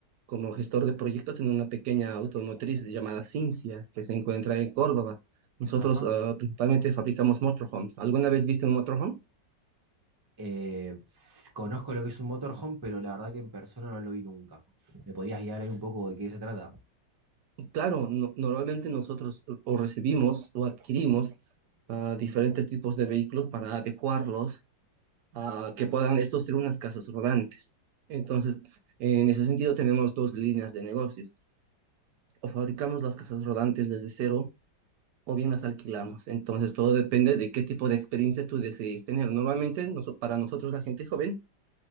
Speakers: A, on the right; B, on the right.
A: como gestor de proyectos en una pequeña automotriz llamada Cincia, que se encuentra en Córdoba. Nosotros
B: Ajá.
A: ah, principalmente fabricamos motorhomes. ¿Alguna vez viste un motorhome?
B: Eh, s- conozco lo que es un motorhome, pero la verdad que en persona no lo vi nunca. ¿Me podrías guiar ahí un poco de qué se trata?
A: Claro, no- normalmente nosotros o recibimos o adquirimos ah, diferentes tipos de vehículos para adecuarlos a que puedan estos ser unas casas rodantes. Entonces, en ese sentido tenemos dos líneas de negocios. O fabricamos las casas rodantes desde cero o bien las alquilamos. Entonces, todo depende de qué tipo de experiencia tú decidís tener. Normalmente, noso- para nosotros, la gente joven,